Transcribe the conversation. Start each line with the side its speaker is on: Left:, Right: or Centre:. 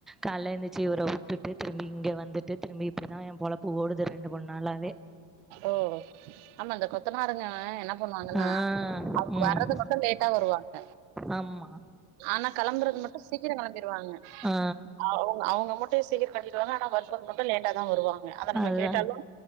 Centre: கால்ல எந்திரிச்சி இவர உட் ட்டுட்டு திரும்பி இங்க வந்துட்டு திரும்பி இப்படிதா ஏ பொழப்பு ஓடுது ரெண்டு மூணு நாளாவே
Right: ஓ ஆமா இந்த கொத்தனருங்க என்ன பண்ணுவாங்கன்னா
Centre: ஆ
Right: அவங்க
Centre: ம்
Right: வர்றது மட்டோ லேட்டா வருவாங்க
Centre: ஆமா
Right: ஆனா கெளம்புறது மட்டு சீக்கிரோ கெளம்பிருவாங்க
Centre: ஆ
Right: அவுங்க அவுங்க மட் சுத்தி சீலிங் கட்டிடுவாங்க ஆனா வரும் போது மட்டு லேட்டாதா வருவாங்க அத நம்ம
Centre: அதுதா
Right: கேட்டாலு